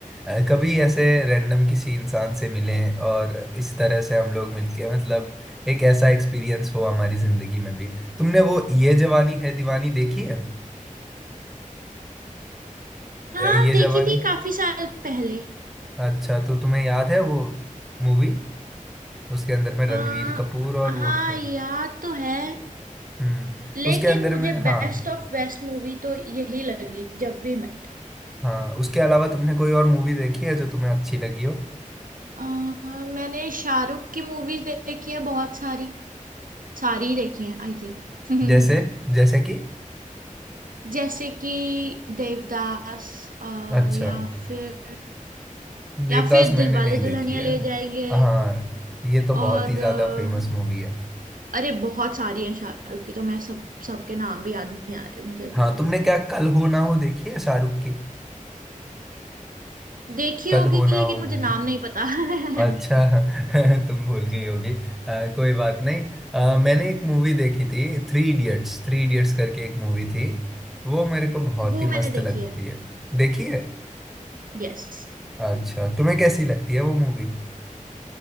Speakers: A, in the centre; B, on the right.
A: अ, कभी ऐसे रैंडम किसी इंसान से मिलें और इस तरह से हम लोग मिलके मतलब एक ऐसा एक्सपीरियंस हो हमारी जिंदगी में भी तुमने वो ये जवानी है दीवानी देखी है
B: हाँ
A: अ, ये
B: देखी
A: जवानी
B: थी काफी साल पहले
A: अच्छा तो तुम्हें याद है वो मूवी उसके अंदर में रणवीर
B: आ,
A: कपूर और
B: हाँ
A: वो थे
B: याद तो है
A: हम्म
B: लेकिन
A: उसके अंदर
B: मुझे
A: में हाँ
B: बेस्ट ऑफ बेस्ट मूवी तो यही लगी जब वी मेट
A: हाँ उसके अलावा तुमने कोई और मूवी देखी है जो तुम्हें अच्छी लगी हो
B: अ, मैंने शाहरुख की मूवीज देखी है बहुत सारी सारी ही देखी है आई थिंक <laughs>
A: जैसे जैसे कि
B: जैसे कि देवदास अ,
A: अच्छा
B: या फिर
A: देवदास
B: या फिर
A: मैंने
B: दिलवाले
A: नहीं देखी
B: दुल्हनिया
A: है
B: ले जाएंगे
A: हाँ ये तो
B: और
A: बहुत ही ज्यादा
B: अ,
A: फेमस मूवी है
B: अरे बहुत सारी हैं शाहरुख की तो मैं सब सबके नाम भी याद नहीं आ रहे मुझे अभी
A: हाँ
B: तो
A: तुमने क्या कल हो ना हो देखी है शाहरुख की
B: देखी
A: कल
B: होगी
A: हो ना
B: लेकिन
A: हो
B: मुझे
A: मूवी
B: नाम नहीं पता <laughs>
A: अच्छा <laughs> तुम भूल गई होगी अ, कोई बात नहीं अ, मैंने एक मूवी देखी थी थ्री इडियट्स थ्री इडियट्स करके एक मूवी थी वो मेरे को बहुत
B: वो
A: ही
B: मैंने
A: मस्त लगती
B: देखी है
A: है देखी है
B: यस
A: अच्छा तुम्हें कैसी लगती है वो मूवी